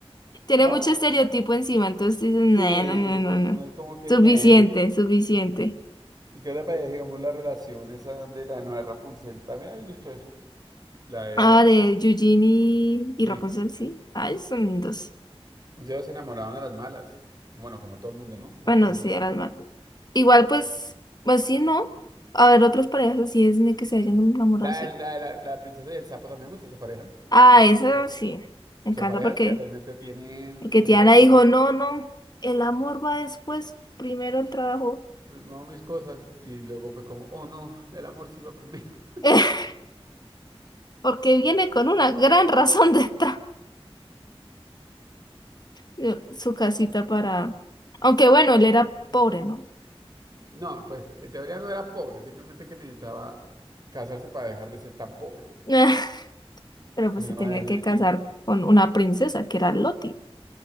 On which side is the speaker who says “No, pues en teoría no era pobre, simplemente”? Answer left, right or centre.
Right